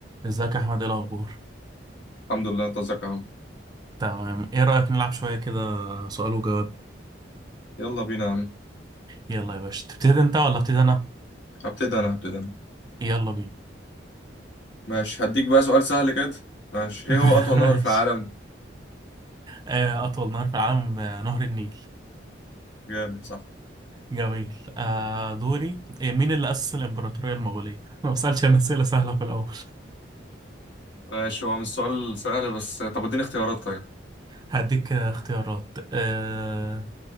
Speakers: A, on the right; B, on the left.
A: ازيك يا احمد ايه الاخبار
B: الحمد لله انت ازيك يا عم
A: تمام ايه رايك نلعب شويه كده سؤال وجواب
B: يلا بينا يا عم
A: يلا يا باشا تبتدي انت ولا ابتدي انا
B: هبتدي انا هبتدي انا
A: يلا بينا
B: ماشي هديك بقى سؤال سهل كده ماشي
A: <laughs>
B: ايه هو اطول
A: ماشي
B: نهر في العالم
A: آه، اطول نهر في العالم آه، نهر النيل
B: جامد صح
A: جميل آه، دوري آه، مين اللي اسس الامبراطوريه المغوليه <laughs> ما بسالش انا اسئله سهله في الاول
B: ماشي هو مش سؤال سهل بس طب اديني اختيارات طيب
A: هديك آه، اختيارات آه،